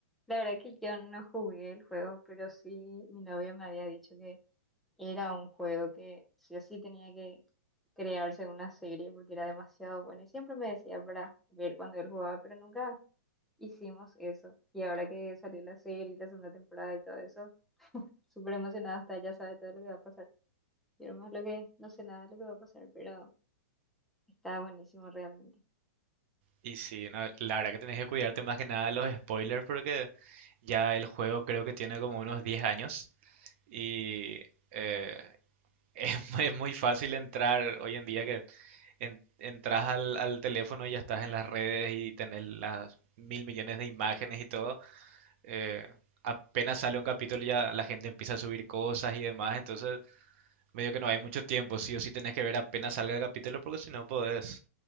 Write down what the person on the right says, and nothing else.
Y sí, no, la verdad que tenés que cuidarte más que nada de los spoilers porque ya el juego creo que tiene como unos 10 años y eh, <laughs> es, mu- es muy fácil entrar hoy en día que en- entras al, al teléfono y ya estás en las redes y tenés las mil millones de imágenes y todo. eh, apenas sale un capítulo ya la gente empieza a subir cosas y demás, entonces medio que no hay mucho tiempo, sí o sí tenés que ver apenas salga el capítulo porque si no podés